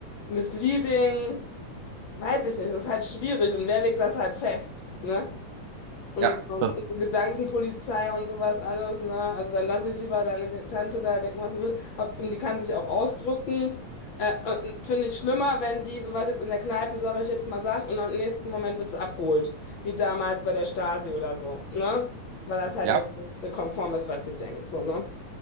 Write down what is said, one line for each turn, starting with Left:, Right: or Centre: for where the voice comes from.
Left: misleading? Weiß ich nicht. Das ist halt schwierig. Und wer legt das halt fest? Ne? Und
Right: ja,
Left: so, und
Right: das.
Left: so Gedankenpolizei und sowas alles, ne? Also dann lass ich lieber deine Tante da denken, was sie will. Ob, und die kann sich auch ausdrücken. Äh, und finde ich schlimmer, wenn die sowas jetzt in der Kneipe, sage ich jetzt mal, sagt und am nächsten Moment wird sie abgeholt. Wie damals bei der Stasi oder so, ne? Weil das halt
Right: Ja,
Left: jetzt nicht so konform ist, was sie denkt, so, ne?